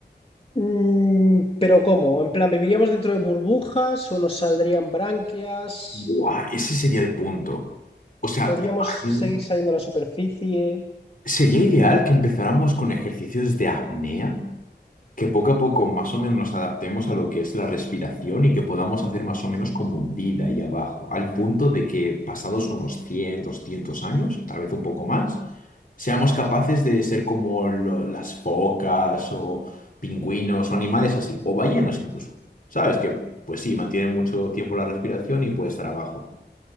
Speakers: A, on the left; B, on the left.
A: Mm, pero ¿cómo? En plan, ¿viviríamos dentro de burbujas o nos saldrían branquias?
B: ¡Guau! Ese sería el punto. O sea,
A: ¿Podríamos
B: ¿te imaginas?
A: seguir saliendo a la superficie?
B: ¿Sería ideal que empezáramos con ejercicios de apnea? que poco a poco más o menos nos adaptemos a lo que es la respiración y que podamos hacer más o menos como un vida ahí abajo, al punto de que pasados unos 100, 200 años, tal vez un poco más, seamos capaces de ser como lo- las focas o pingüinos o animales así, o ballenas incluso. ¿Sabes? Que pues sí, mantienen mucho tiempo la respiración y puede estar abajo.